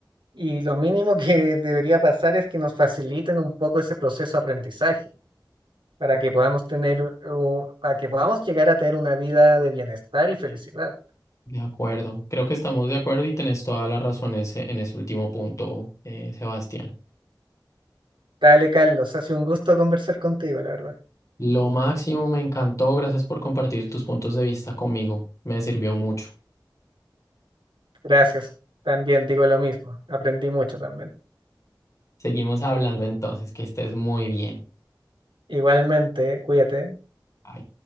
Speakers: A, on the right; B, on the left.
A: Y lo mínimo que debería pasar es que nos faciliten un poco ese proceso de aprendizaje para que podamos tener, o, para que podamos llegar a tener una vida de bienestar y felicidad.
B: De acuerdo, creo que estamos de acuerdo y tenés toda la razón ese, en ese último punto, eh, Sebastián.
A: Dale, Carlos, ha sido un gusto conversar contigo, la verdad.
B: Lo máximo, me encantó, gracias por compartir tus puntos de vista conmigo, me sirvió mucho.
A: Gracias. También digo lo mismo. Aprendí mucho también.
B: Seguimos hablando entonces, que estés muy bien.
A: Igualmente, cuídate.
B: Bye.